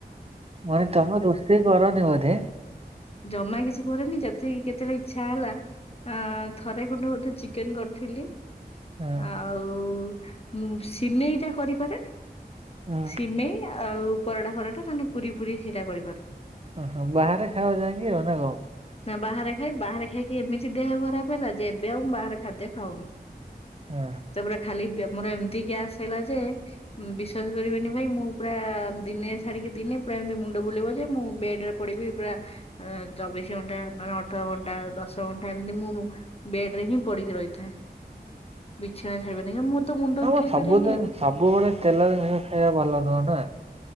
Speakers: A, on the right; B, on the left.
A: ମାନେ ତମେ ରୋଷେଇ କରନିି ବୋଧେ?
B: ଜମା କିଛି କରେନି ଯେତିକି କେତେବେଳେ ଇଚ୍ଛା ହେଲା ଅ ଥରେ ଖଣ୍ଡେ ବୋଧେ ଚିକେନ କରି ଥିଲି,
A: ହଁ
B: ଆଉ ମୁଁ ସିମେଇଟା କରିପାରେ।
A: ହଁ
B: ସିମେଇ ଆଉ ପରଟା ଫରଟା ନ ହେଲେ ପୁରୀ ଫୁରୀ ସେଇଟା କରିପାରୁଚି।
A: ହଁ ହଁ ବାହାରେ ଖାଅ ଯାଇଁକି ଆଉ ନା କଣ?
B: ନା ବାହାରେ ଖାଇ ବାହାରେ ଖାଇକି ଏମିତି ଦେହ ଖରାପ ହେଲା ଯେ ଏବେ ଆଉ ମୁଁ ବାହାରେ ଖାଦ୍ୟ ଖାଉନି।
A: ହୁଁ
B: ତାପରେ ଖାଲି ବ୍ୟ ମୋର ଏମିତି ଗ୍ୟାସ ହେଲା ଯେ ବିଶ୍ଵାସ କରିବେନି ଭାଇ ମୁଁ ପୁରା ଦିନେ ଛାଡିକି ଦିନେ ପୁରା ମୁଣ୍ଡ ବୁଲେଇବ ଯେ ମୁଁ ବେଡରେ ପଡିବି ପୁରା ଚବିଶି ଘଣ୍ଟା ନହେଲେ ଅଠର ଘ ଆଉ ଦଶ ଘଣ୍ଟା ଏମିତି ମୁଁ ବେଡରେ ହିଁ ପଡିକି ରହିଥାଏ। ବିଛଣା <unintelligible> ମୁଁ ତ ମୁଣ୍ଡ
A: ହ
B: ଉଠେଇ
A: ସବୁ
B: ପାରେନି
A: ଜିନ
B: ଆଉ
A: ସବୁବେଳେ ତେଲ ଜିନିଷ ଖାଇବା ଭଲ ନୁହେଁ ନା